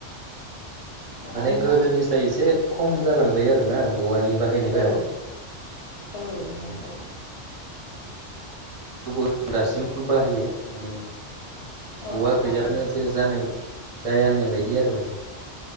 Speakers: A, on the left; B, on the right.
A: नङा
B: माने
A: होनबा
B: गोदोनिसाय एसे खम जालांबाय आरो ना औवानि बाहायनायफोरा
A: औ औ
B: थेवबो
A: नंगौ।
B: खौबो दासिमबो बाहायो माने
A: औ
B: औवा गैयाबानो
A: बाहायो
B: जे जानाय जाया होननाय बायदि आरो माने।